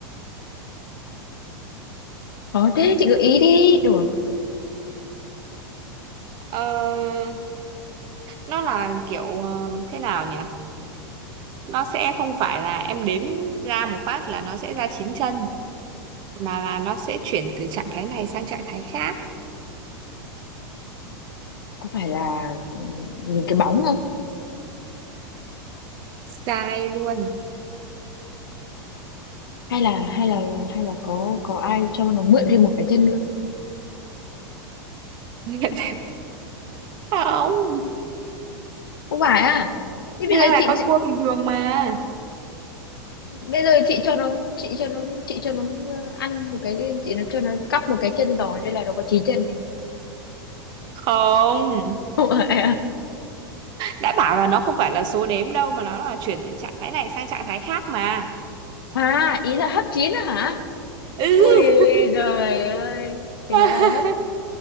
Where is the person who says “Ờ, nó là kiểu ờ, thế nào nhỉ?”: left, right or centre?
Right